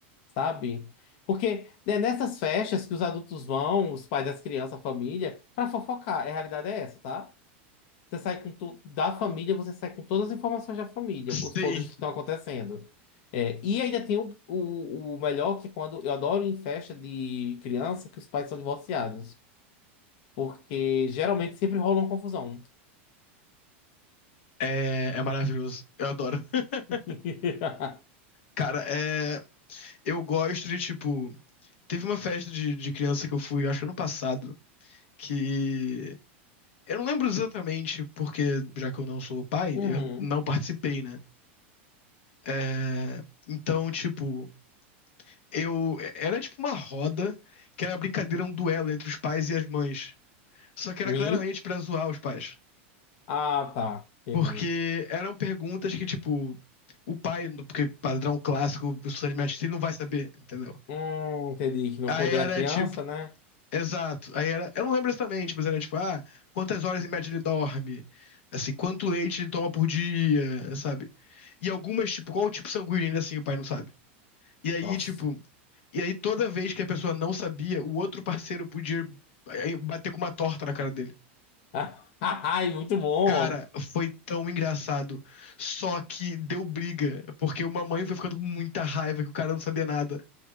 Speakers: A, on the left; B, on the left.
A: sabe? Porque é nessas festas que os adultos vão, os pais das crianças, a família, pra fofocar. A realidade é essa, tá? Você sai com tu... da família, você sai com todas as informações da família,
B: Sim.
A: os podres que estão acontecendo. É, e ainda tem o, o, o melhor, que é quando eu adoro ir em festa de criança que os pais são divorciados. Porque geralmente sempre rola uma confusão.
B: É, é maravilhoso. Eu adoro. <laughs>
A: <laughs>
B: Cara, é, eu gosto de, tipo. Teve uma festa de, de criança que eu fui, acho que ano passado, que. Eu não lembro exatamente, porque já que eu não sou pai,
A: Uhum.
B: eu não participei, né? É, então, tipo, eu. Era tipo uma roda que era brincadeira, um duelo entre os pais e as mães. Só que era
A: E?
B: claramente pra zoar os pais.
A: Ah, tá. Entendi.
B: Porque eram perguntas que, tipo, o pai, porque padrão clássico, professor de mestre, ele não vai saber, entendeu?
A: Hum, entendi que não
B: Aí
A: pôde
B: era
A: dar criança,
B: tipo,
A: né?
B: exato. Aí era, eu não lembro exatamente, mas era tipo, ah, quantas horas em média ele dorme? Assim, quanto leite ele toma por dia, sabe? E algumas, tipo, qual o tipo sanguíneo ainda assim o pai não sabe. E aí,
A: Nossa.
B: tipo, e aí toda vez que a pessoa não sabia, o outro parceiro podia eh, bater com uma torta na cara dele.
A: <laughs> Ai, muito bom.
B: Cara, foi tão engraçado. Só que deu briga, porque uma mãe foi ficando com muita raiva que o cara não sabia nada.